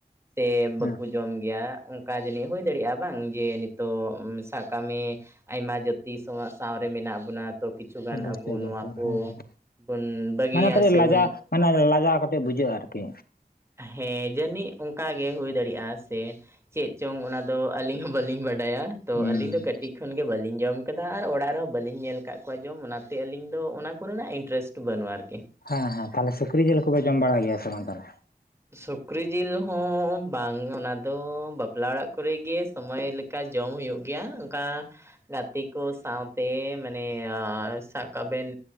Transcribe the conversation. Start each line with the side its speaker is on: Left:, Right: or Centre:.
Right: ᱥᱮ ᱵᱟᱠᱩᱼᱼ
Left: ᱦᱮᱸ
Right: ᱡᱚᱢ ᱜᱮᱭᱟ ᱚᱱᱠᱟ ᱡᱟᱹᱱᱤᱡ ᱦᱩᱭ ᱫᱟᱲᱮᱭᱟᱜᱼᱟ ᱵᱟᱝ ᱡᱮ ᱱᱤᱛᱚᱜ ᱥᱟᱵ ᱠᱟᱜ ᱢᱮ, ᱟᱭᱢᱟ ᱡᱟᱹᱛᱤ ᱥᱟ ᱥᱟᱶᱨᱮ ᱢᱮᱱᱟᱜ ᱵᱚᱱᱟ ᱛᱚ ᱠᱤᱪᱷᱩ ᱜᱟᱱ
Left: ᱚᱵᱚᱥᱥᱳᱭ
Right: ᱟᱵᱚ
Left: ᱚᱵᱚᱥᱥᱳᱭ
Right: ᱱᱚᱣᱟ
Left: ᱦᱮᱸ
Right: ᱠᱚ
Left: ᱦᱮᱸ
Right: ᱵᱚ ᱵᱚᱱ ᱵᱟᱹᱜᱤᱭᱟ
Left: ᱢᱟᱱᱮ ᱠᱟᱹᱴᱤᱡ
Right: ᱥᱮᱵᱚᱱᱼᱼ
Left: ᱞᱟᱡᱟ ᱢᱟᱱᱮ ᱞᱟᱡᱟᱣ ᱠᱟᱴᱤᱡ ᱵᱩᱡᱷᱟᱹᱜᱼᱟ ᱟᱨᱠᱤ᱾
Right: ᱦᱮᱸ ᱡᱟᱹᱱᱤᱡ ᱚᱱᱠᱟ ᱜᱮ ᱦᱩᱭ ᱫᱟᱲᱮᱭᱟᱜᱼᱟ ᱥᱮᱼᱼ ᱪᱮᱫ ᱪᱚᱝ ᱚᱱᱟᱫᱚ ᱟᱹᱞᱤᱧ ᱦᱚᱸ ᱵᱟᱞᱤᱧ ᱵᱟᱰᱟᱭᱟ ᱛᱚ
Left: ᱦᱩᱸ
Right: ᱟᱹᱞᱤᱧ ᱫᱚ ᱠᱟᱹᱴᱤᱡ ᱠᱷᱚᱱᱜᱮ ᱵᱟᱞᱤᱧ ᱡᱚᱢᱼᱼ ᱠᱟᱫᱟ ᱟᱨ ᱚᱲᱟᱜ ᱨᱮᱦᱚᱸ ᱵᱟᱹᱞᱤᱧ ᱧᱮᱞ ᱠᱟᱫ ᱠᱚᱣᱟ ᱡᱚᱢ ᱚᱱᱟᱛᱮ ᱟᱹᱞᱤᱧ ᱫᱚ ᱚᱱᱟ ᱠᱚᱨᱮᱱᱟᱜ ᱤᱱᱴᱟᱨᱮᱥᱴ ᱵᱟᱹᱱᱩᱜᱼᱟ ᱟᱨᱠᱤᱼᱼ
Left: ᱦᱮᱸ ᱦᱮᱸ ᱛᱟᱦᱚᱞᱮ ᱥᱩᱠᱨᱤ ᱡᱮᱞ ᱠᱚᱯᱮ ᱡᱚᱢ ᱵᱟᱲᱟᱭ ᱜᱮᱭᱟ ᱥᱮ ᱵᱟᱝ ᱛᱚᱦᱞᱮ?
Right: ᱥᱩᱠᱨᱤ ᱡᱤᱞ ᱦᱚᱸ ᱵᱟᱝ ᱚᱱᱟ ᱫᱚ ᱵᱟᱯᱞᱟ ᱚᱲᱟᱜ ᱠᱚᱨᱮ ᱜᱮ ᱥᱚᱢᱚᱭ ᱞᱮᱠᱟᱼᱼ ᱠᱟ ᱡᱚᱢ ᱦᱩᱭᱩᱜ ᱜᱮᱭᱟ ᱚᱱᱠᱟᱼᱼ ᱜᱟᱛᱮ ᱠᱚ ᱥᱟᱶᱛᱮ ᱢᱟᱱᱮ ᱥᱟᱠᱟ ᱵᱮᱱ